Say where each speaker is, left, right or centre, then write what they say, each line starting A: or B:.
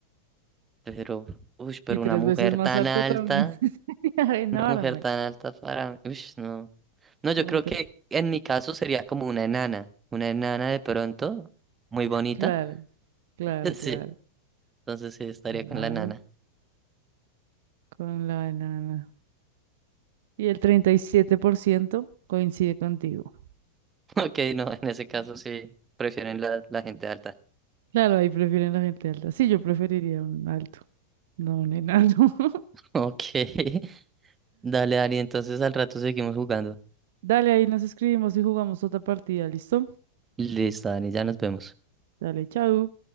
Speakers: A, on the right (about 20°); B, on the right (about 55°).
A: pero, uy, pero
B: Y tres
A: una mujer
B: veces más
A: tan
B: alto
A: alta,
B: también. <laughs> Enorme.
A: una mujer tan alta para, uy, no. No, yo
B: Muy
A: creo
B: <laughs>
A: que en mi caso sería como una enana, una enana de pronto, muy bonita.
B: Claro, claro,
A: <laughs> Sí,
B: claro.
A: entonces sí, estaría
B: Bueno,
A: con
B: a
A: la enana.
B: ver, con la enana. Y el 37% coincide contigo.
A: <laughs> Ok, no, en ese caso sí, prefieren la, la gente alta.
B: Claro, ahí prefieren la gente alta. Sí, yo preferiría un alto, no un enano. <laughs>
A: Ok, <laughs> dale, Dani, entonces al rato seguimos jugando.
B: Dale, ahí nos escribimos y jugamos otra partida, ¿listo?
A: Listo, Dani, ya nos vemos.
B: Dale, chao.